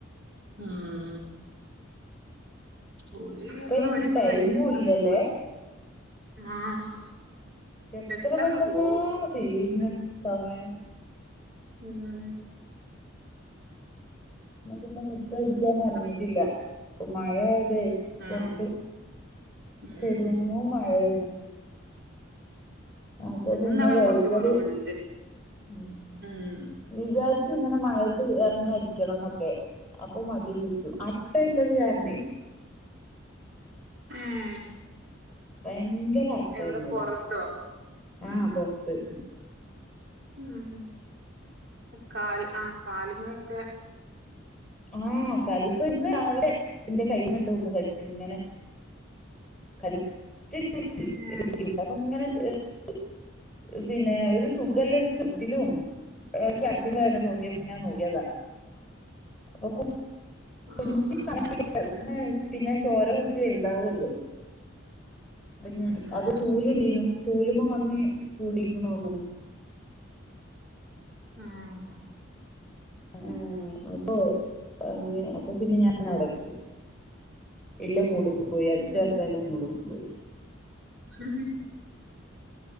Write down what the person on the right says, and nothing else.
ആഹ് ആ ഓല് ഞമ്മടെ
പണിയൊക്കെ
കഴിഞ്ഞൊക്കെ
കഴിയുമ്പ ആഹ്
പെട്ടെന്ന്
പോകും
മ്
ഇന്ന്
ഉം
ഉം
ഇന്നിന്നാ
ഇവിടെ
കൊറച്ച് കൊറവുണ്ട്
ഉം
ഏഹ്
എവിടെ
പൊറത്തോ
മ് ആ കാൽ അ കാലുമെക്കെ
ഉം
ആഹ്
ഉം
ആഹ്
ഉം
ശെരി